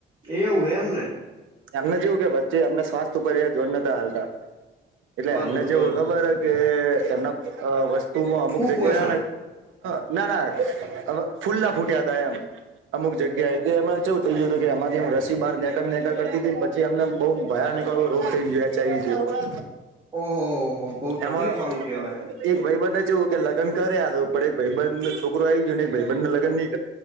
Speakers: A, on the right (about 25°); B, on the right (about 80°).
A: એવું એમ ને
B: એમને જેવું કે વચ્ચે અમને શ્ચાસ ઉપર જોર નથીતા હાલતા. એટલે
A: બરોબર
B: એમને જેવું
A: બરોબર
B: ખબર હ કે એમના વસ્તુમાં અમુક
A: કુપોષણ
B: જગ્યા ને ના ના. હવે, ફૂલ્લા ફૂટ્યા હતા એમ અમુક જગ્યા એ કે એમાં થયું કે અામાંથી રસી બાર નેક કરતી ને પછી અમને બહુ ભયાનકો રોગ થઈ ગયો એચ આઈ વી જેવો.
A: ઓહોહો, બહુ
B: એમાં
A: તકલીફ વાળું કેવાય એમ
B: એક ભાઈબનને કેવું કે લગને પણ એક ભાઈબન ને છોકરો આ આવી ગયો ને એક ભાઈબણ ને લગન નહી